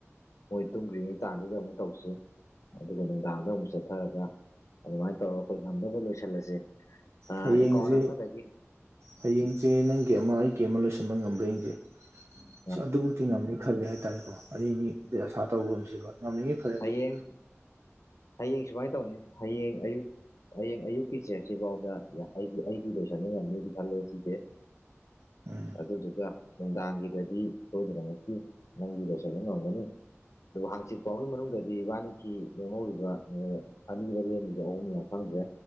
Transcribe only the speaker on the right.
ꯍꯌꯦꯡꯁꯦ
ꯍꯌꯦꯡꯁꯦ ꯅꯪꯒꯤ ꯑꯃ ꯑꯩꯒꯤ ꯑꯃ ꯂꯣꯏꯁꯤꯟꯕ ꯉꯝꯕ꯭ꯔꯥ ꯌꯦꯡꯁꯦ
ꯁ ꯑꯗꯨꯃꯛꯇꯤ ꯉꯝꯅꯤ ꯈꯜꯂꯦ ꯍꯥꯏꯇꯥꯔꯦꯀꯣ ꯑꯅꯤ ꯑꯁꯥ ꯇꯧꯕꯒꯨꯝꯁꯤꯕ ꯉꯝꯂꯤꯉꯩ ꯈꯜꯂꯦ ꯑꯗꯨꯕꯨ
<unintelligible>